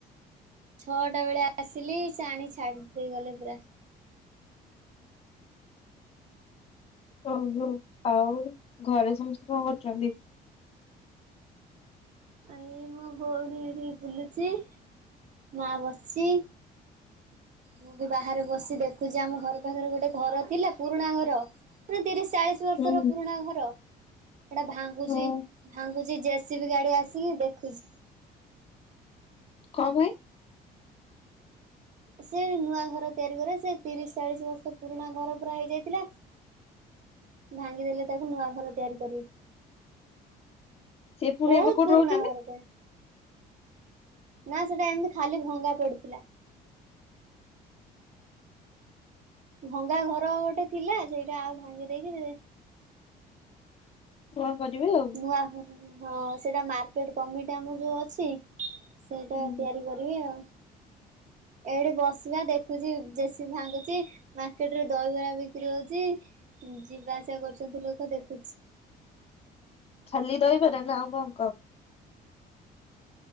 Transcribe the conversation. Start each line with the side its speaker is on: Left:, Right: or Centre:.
Right: ଛଅଟା ବେଳେ ଆସିଲି ସେ ଆଣିକି ଛାଡି ଦେଇ ଗଲେ ପୁରା।
Left: ଓହୋ ଆଉ ଘରେ ସମସ୍ତେ କଣ କରୁଚନ୍ତି?
Right: ଏଇ ମୋ ଭଉଣୀ ଏଠି ବୁଲୁଚି ମା ବସିଚି। ମୁଁ ବି ବାହାରେ ବସି ଦେଖୁଚି ଆମ ଘର ପାଖରେ ଗୋଟେ ଘର ଥିଲା ପୁରୁଣା ଘର। <unintelligible> ତିରିଶ ଚାଳି ଶ ବର୍ଷର
Left: ହୁଁ
Right: ପୁରୁଣା ଘର ହେଟା ଭାଙ୍ଗୁଚି
Left: ହୁଁ
Right: ଭାଙ୍ଗୁଚି ଜେସିବି ଗାଡି ଆ ସିକି ଦେଖୁଚି।
Left: କଂ ପାଇଁ
Right: ସେ ନୂଆ ଘର ତିଆରି କରିବେ ସେ ତିରିଶ ଚାଳିଶ ବର୍ଷ ପୁରୁଣା ଘର ପୁରା ହେଇଯାଇଥିଲା। ଭାଙ୍ଗିଦେଲେ ତାକୁ ନୂଆ ଘର ତିଆରି କରିବେ।
Left: ସେ ପୁଣି
Right: ବୋହୁତ
Left: ଏବେ କୋଉଠି
Right: ପୁରୁଣା
Left: ରହୁଛନ୍ତି?
Right: ଘରଟେ। ନାଁ ସେଟା ଏମିତି ଖାଲି ଭଙ୍ଗା ପଡିଥିଲା। ଭଙ୍ଗା ଘର ଗୋଟେ ଥିଲା ସେଇଟା ଆଉ ଭାଙ୍ଗି ଦେଇକି
Left: ନୂଆ କରିବେ ଆଉ।
Right: ନୂଆ କରିବେ ହଁ ସେଟା ମାର୍କେଟ କମିଟି ଆମକୁ ଯୋଉ ଅଛି। ସେଇଟା
Left: ହୁଁ
Right: ତିଆରି କ ରିବେ ଆଉ। ଏଇଠି ବସିଚି ପା ଦେଖୁଚି ଜେସିବି ଭାଙ୍ଗୁଚି ମାର୍କେଟରେ ଦହିବରା ବିକ୍ରି ହୋଉଚି। ଯିବା ଆସିବା କରୁଚନ୍ତି ଲୋକ ଦେଖୁଚି।
Left: ଖାଲି ଦହିବରା ନା ଆଉ କଣ କଣ?